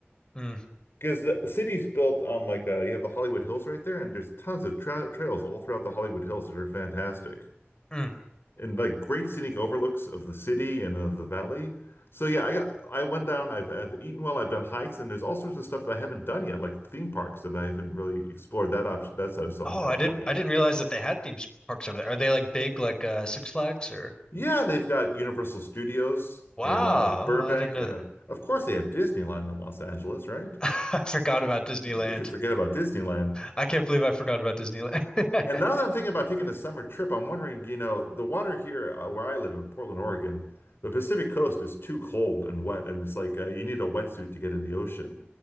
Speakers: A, on the left; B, on the left.
A: Mm,
B: Because the city's built on like uh, you have the Hollywood Hills right there, and there's tons of tra trails all throughout the Hollywood Hills that are fantastic
A: mm.
B: and like great scenic overlooks of the city and of the valley. So yeah, I got- I went down. I've I've eaten well. I've done hikes, and there's all sorts of stuff that I haven't done yet, like theme parks that I haven't really explored. That option that's out of Southern
A: Oh,
B: California.
A: I didn't, I didn't realize that they had theme parks over there. Are they like big, like uh, Six Flags or?
B: Yeah, they've got Universal Studios
A: Wow,
B: in uh, Burbank,
A: oh, I didn't know
B: and
A: that.
B: uh, of course they have Disneyland in Los Angeles, right?
A: <laughs> I forgot about Disneyland.
B: You can forget about Disneyland.
A: I can't believe I forgot about Disneyland. <laughs>
B: And now that I'm thinking about taking a summer trip, I'm wondering, you know, the water here uh, where I live in Portland, Oregon, the Pacific Coast is too cold and wet, and it's like uh, you need a wetsuit to get in the ocean.